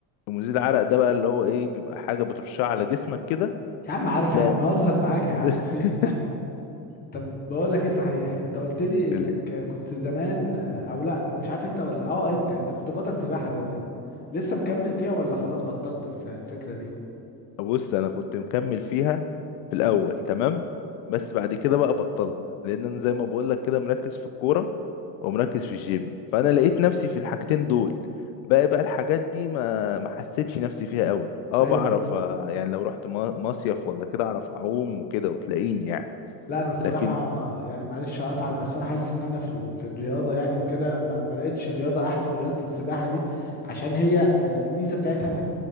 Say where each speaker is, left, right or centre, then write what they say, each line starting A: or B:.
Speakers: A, on the left; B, on the left.
A: مزيل العرق ده بقى اللي هو ايه بيبقى حاجة بترشها على جسمك كده
B: يا عم عارف
A: تلاقي
B: يا عم بهزر معاك يا عم
A: <laughs>
B: في <laughs> إيه؟ طب بقول لك ايه صحيح انت قلت لي انك
A: ال-
B: كنت زمان او لا مش عارف انت ولا اه انت انت كنت بطل سباحة زمان لسه مكمل فيها ولا خلاص بطلت الف- الفكرة دي
A: بص انا كنت مكمل فيها في الاول تمام بس بعد كده بقى بطلت لان انا زي ما بقول لك كده مركز في الكورة ومركز في الجيم فانا لقيت نفسي في الحاجتين دول باقي بقى الحاجات دي ما ما حسيتش نفسي فيها قوي اه
B: ايوه
A: بعرف آه، يعني لو رحت ما- مصيف ولا كده اعرف اعوم وكده وتلاقيني يعني
B: لا انا الصراحة
A: لكن
B: يعني معلش اقطعك بس انا حاسس ان انا في ال... في الرياضة يعني وكده ما... ما لقيتش الرياضة احلى من رياضة السباحة دي عشان هي آه، الميزة بتاعتها انك